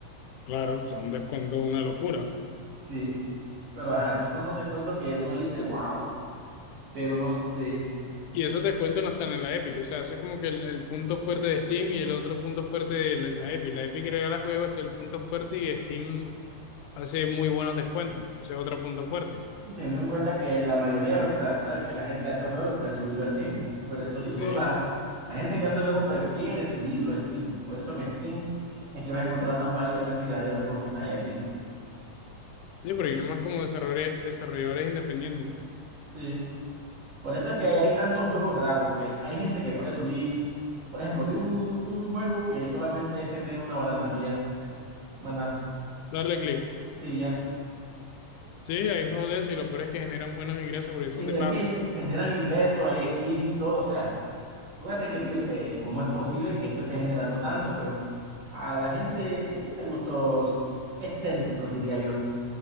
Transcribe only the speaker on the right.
Sí, pero ajá, esos son los descuentos que uno dice, wow, pero no sé.
Y Teniendo en cuenta que la mayoría, o sea, sabe que la gente hace juego y puede subirlo a Steam. Por eso digo,
la, la gente que hace juego prefiere subirlo a Steam. Por eso en Steam es que vas a encontrar una mayor cantidad de juegos que en la Epic.
Sí. Por eso es que
hay tantos juegos raros, porque hay, hay gente que puede subir. Por ejemplo, vi un, un juego que solamente es tener una banana y ya. Banana.
Sí, ya.
Y de
que generan ingresos, hay skin y todo, o sea. Lo que pasa es que tú dices, ¿cómo es posible que esto esté generando tanto? Pero a la gente es que tiene gustos excéntricos, diría yo.